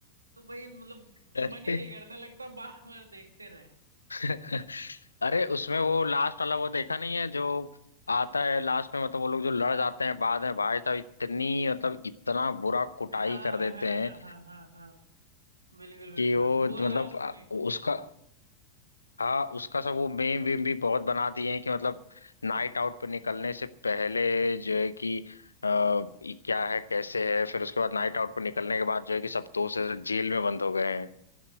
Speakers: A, on the right; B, on the left.
A: तो भाई मतलब
B: अरे
A: मन ही नहीं करता लगता बार बार देखते रहे
B: <laughs> अरे उसमें वो लास्ट वाला वो देखा नहीं है जो आता है लास्ट में मतलब वो लोग जो लड़ जाते हैं बाद में भाई साहब इतनी मतलब इतना बुरा कुटाई
A: हाँ
B: कर
A: हाँ
B: देते हैं
A: हाँ हाँ हाँ हाँ बिल्कुल बिल्कुल
B: कि वो
A: वो
B: मतलब
A: लास्ट में
B: उसका हाँ उसका सब वो मेम वेम भी बहुत बना दिए हैं कि मतलब नाइट आउट पे निकलने से पहले जो है कि अ, ये क्या है कैसे है फिर उसके बाद नाइट आउट पे निकलने के बाद जो है कि सब दोस्त ऐसे जेल में बंद हो गए हैं